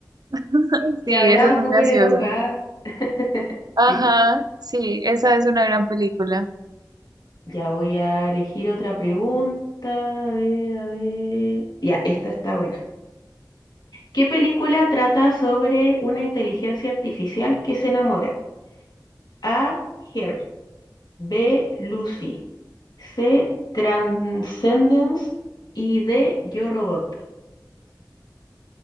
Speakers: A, on the right (about 65°); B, on the left (about 70°).
A: <laughs>
B: que
A: Sí,
B: hablaba
A: esa es muy
B: súper
A: graciosa.
B: enojada. <laughs>
A: Ajá,
B: Sí.
A: sí, esa es una gran película.
B: Ya voy a elegir otra pregunta. A ver, a ver. Ya, esta está buena. ¿Qué película trata sobre una inteligencia artificial que se enamora? A. Her. B. Lucy. C. Transcendence. Y D. Yo Robot.